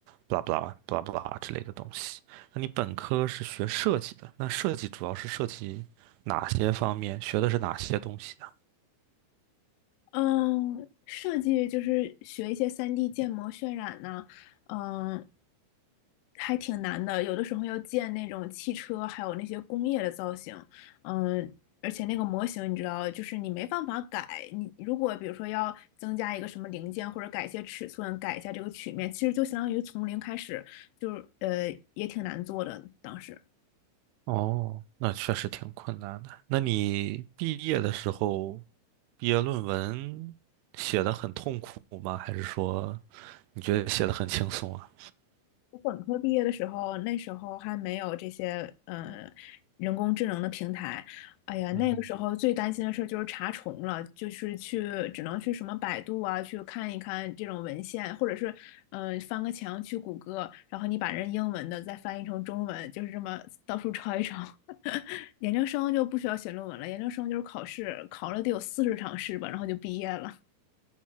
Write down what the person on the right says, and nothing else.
blah blah blah blah 之类的东西。那你本科是学设计的，那设计主要是涉及哪些方面？学的是哪些东西呢？
哦，那确实挺困难的。那你毕业的时候，毕业论文写的很痛苦吗？还是说你觉得写的很轻松啊？
嗯，